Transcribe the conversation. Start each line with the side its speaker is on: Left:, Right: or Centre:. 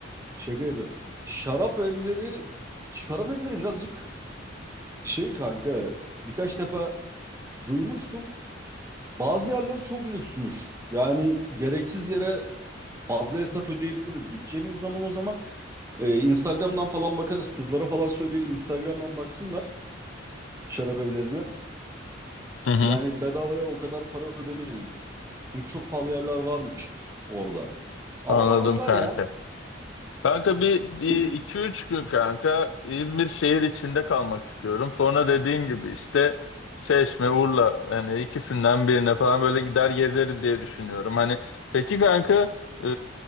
Right: şaka yapıyorum. Şarap evleri şarap evleri birazcık şey kanka birkaç defa duymuştum. Bazı yerleri çok lüksmüş. Yani gereksiz yere fazla hesap ödeyebiliriz. Gideceğimiz zaman o zaman e, Instagram'dan falan bakarız. Kızlara falan söyleyelim Instagram'dan baksınlar şarap evlerine.
Left: Hı hı.
Right: Yani bedavaya o kadar para ödemeyelim. Çünkü çok pahalı yerler varmış orada. Ama
Left: Anladım
Right: bana uyar
Left: kanka.
Right: ya.
Left: Kanka bir, bir
Right: Bu-
Left: iki üç gün kanka İzmir şehir içinde kalmak istiyorum. Sonra dediğin gibi işte Çeşme, Urla hani ikisinden birine falan böyle gider gezeriz diye düşünüyorum. Hani peki kanka e,